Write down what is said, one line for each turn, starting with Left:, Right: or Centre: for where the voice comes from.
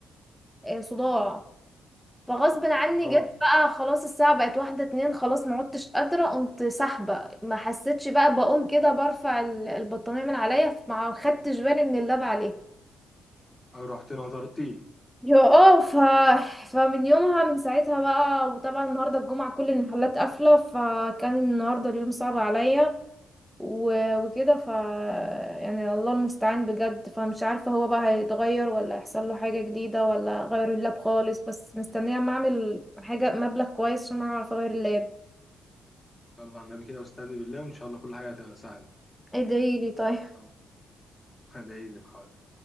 Centre: آه، صداع فغصب عني
Left: أه
Centre: جت بقى خلاص الساعه بقت واحده اتنين خلاص ما عدتش قادره قمت سحبه ما حسيتش بقى بقوم كده برفع ال- البطانيه من عليا ما خدتش بالي ان اللاب عليها
Left: أه رحت نطرتيه
Centre: يا اه ف... فمن يومها من ساعتها بقى وطبعا النهارده الجمعة كل المحلات قافلة فكان النهارده اليوم صعب عليا و... وكده ف يعني الله المستعان بجد فمش عارفة هو بقى هيتغير ولا هيحصل له حاجة جديدة ولا غير اللاب خالص بس مستنية اما اعمل حاجة مبلغ كويس عشان اعرف اغير اللاب
Left: يلا على النبي كده واستهدي بالله وإن شاء الله كل حاجة هتبقى سهلة
Centre: ادعي لي طيب
Left: أه هدعيلك حاضر